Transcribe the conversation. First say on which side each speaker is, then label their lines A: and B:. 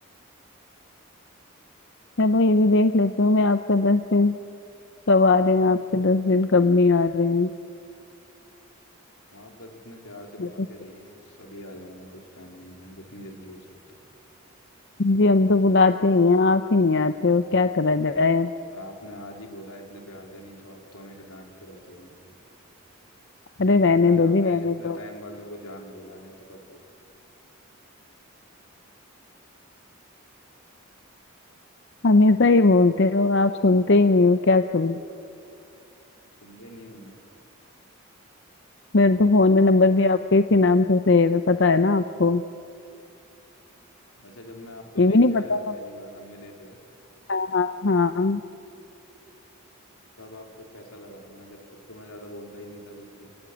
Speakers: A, on the left (about 50°); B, on the left (about 80°).
A: चलो ये भी देख लेती हूँ मैं आपका दस दिन कब आ रहे हैं आपके दस दिन कब नहीं आ रहे हैं
B: आप बस इतने प्यार से बुलाते
A: मतलब,
B: रहिए बस अभी आ जाऊंगा कुछ टाइम में ही मैं जितनी जल्दी हो सकता है
A: जी हम तो बुलाते ही हैं आप ही नहीं आते हो क्या करा जाए अब
B: और आपने आज ही बोला है इतने प्यार से नहीं तो आप तो हमेशा डांटते रहते हो मेरे को
A: अरे रहने
B: आज
A: दो
B: आपने
A: जी रहने
B: इतने
A: दो
B: टाइम बाद मेरे को जान बोला है नहीं तो कब बोला
A: हमेशा ही बोलते हो आप सुनते ही नहीं हो क्या करूँ
B: सुनते ही नहीं हुए
A: मेरे तो फोन में नंबर भी आपके इसी नाम से सेव है पता है ना आपको
B: अच्छा जब मैं आपको
A: ये
B: देखने
A: भी नहीं पता
B: आया था
A: होगा
B: पहली बार हम मिले थे
A: हाँ हाँ
B: तब आपको कैसा लगा था मैं जब तब तो मैं ज्यादा बोलता ही नहीं था कुछ भी